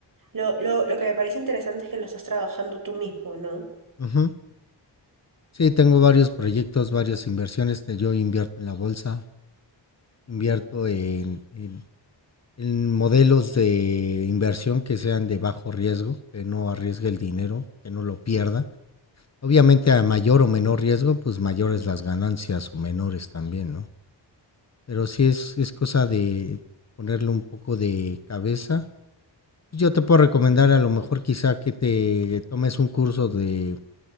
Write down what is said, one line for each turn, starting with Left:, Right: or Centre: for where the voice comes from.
Right: Lo, lo, lo que me parece interesante es que lo estás trabajando tú mismo, ¿no?
Left: Ujú. Sí, tengo varios proyectos, varias inversiones. te- Yo invierto en la bolsa, invierto en, en- en modelos de inversión que sean de bajo riesgo, que no arriesgue el dinero, que no lo pierda. Obviamente a mayor o menor riesgo, pues mayores las ganancias o menores también, ¿no? Pero sí es, es cosa de ponerle un poco de cabeza pues, Yo te puedo recomendar a lo mejor quizá que te tomes un curso de